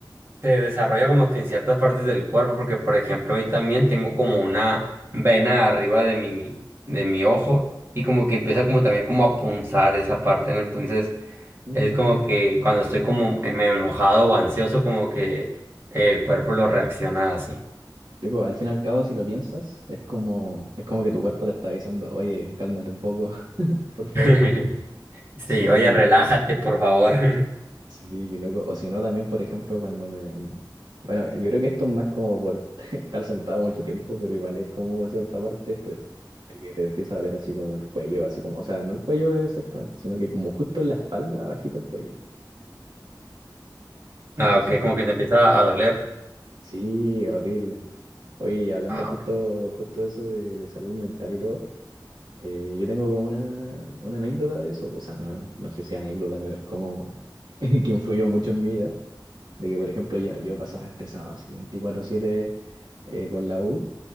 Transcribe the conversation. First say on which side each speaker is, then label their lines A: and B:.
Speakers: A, on the right; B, on the right.
A: se desarrolla como que en ciertas partes del cuerpo, porque por ejemplo, ahí también tengo como una vena arriba de mi, de mi ojo y como que empieza como también como a punzar esa parte, ¿no? Entonces,
B: Mm.
A: es como que cuando estoy como medio enojado o ansioso, como que el cuerpo lo reacciona así.
B: Sí, pues, al fin y al cabo, si lo piensas, es como, es como que tu cuerpo te está avisando, oye, cálmate un poco, <laughs> por favor.
A: <laughs> Sí,
B: Sí,
A: oye, relájate, por favor.
B: Sí, qué loco. O si no, también, por ejemplo, cuando me... Bueno, yo creo que esto es más como por <laughs> estar sentado mucho tiempo, pero igual es como cierta parte de estrés. de Que te empieza a doler así como el cuello, así como... O sea, no el cuello exactamente, sino que como justo en la espalda, abajito el cuello.
A: <laughs> Ah,
B: No sé
A: ok,
B: si...
A: como que te empieza a doler.
B: Sí, horrible. Oye, hablando
A: Ah,
B: justo, justo de eso de, de salud mental y todo, eh, yo tengo como una, una anécdota de eso. O sea, no, no sé si anécdota, pero es como <laughs> que influyó mucho en mi vida. De que, por ejemplo, yo, yo pasaba estresado así veinticuatro siete eh, por la U,